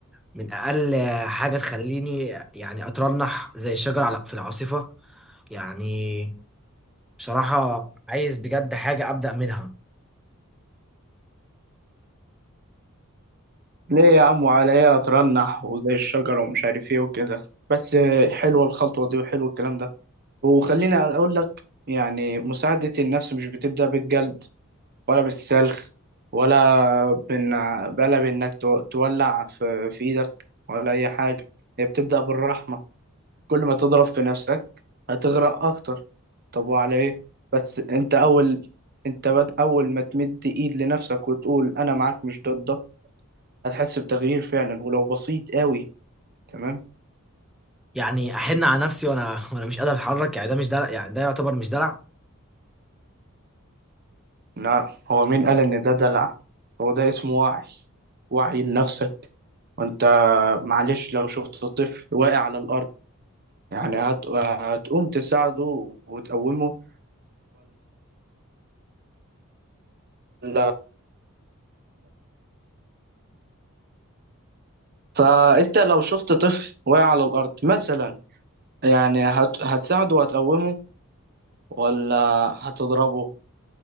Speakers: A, in the centre; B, on the right.
A: من اقل حاجة تخليني يعني اترنح زي الشجر على- في العاصفة يعني بصراحة عايز بجد حاجة ابدأ منها
B: ليه يا عم وعلى ايه اترنح وزي الشجرة ومش عارف ايه وكده بس آه، حلوة الخطوة دي وحلو الكلام ده وخليني اقول لك يعني مساعدة النفس مش بتبدأ بالجلد ولا بالسلخ ولا بإن بلا بإنك تو- تولع في في إيدك ولا أي حاجة هي بتبدأ بالرحمة كل ما تضرب في نفسك هتغرق اكتر طب وعلى ايه بس انت اول انت بد اول ما تمد ايد لنفسك وتقول انا معاك مش ضدك هتحس بتغيير فعلا ولو بسيط قوي تمام
A: يعني احن على نفسي وانا وانا مش قادر اتحرك يعني ده مش دلع يعني ده يعتبر مش دلع
B: لا هو مين قال ان ده دلع هو ده اسمه وعي وعي لنفسك وانت معلش لو شفت طفل واقع على الارض يعني هت... هتقوم تساعده وتقومه ولا فانت لو شفت طفل واقع على الارض مثلا يعني هت... هتساعده وهتقومه ولا هتضربه